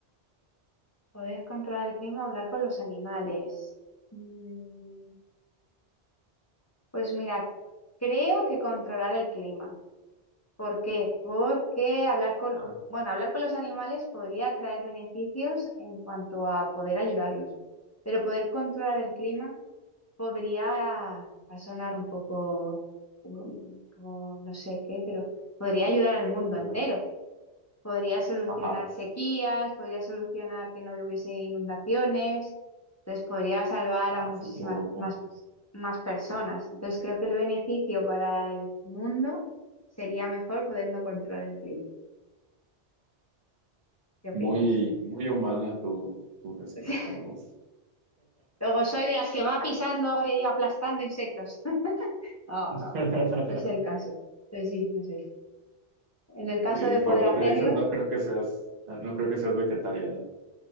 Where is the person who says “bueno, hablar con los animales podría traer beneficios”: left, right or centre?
Left